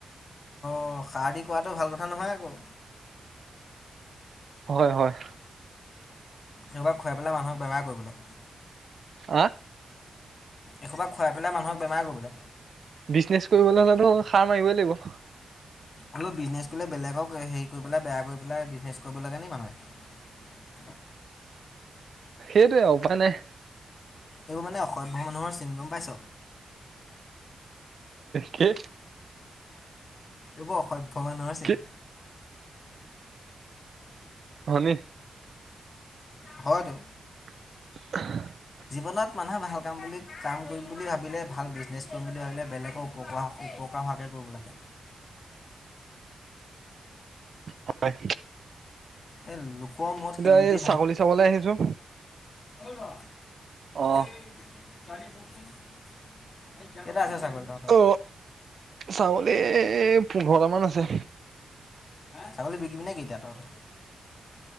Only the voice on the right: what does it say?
হয় হয়।
আহ
বিজনেচ কৰিব নাগে ধ। সাৰ মাৰিবই লাগিব।
সেইটোৱে উপ নাই।
কি
কি হয়নি
<unintelligible>
হয়
এতিয়া
এই ছাগলী চাবলৈ আহিছো
অ
অ ছাগলী পোন্ধৰটামান আছে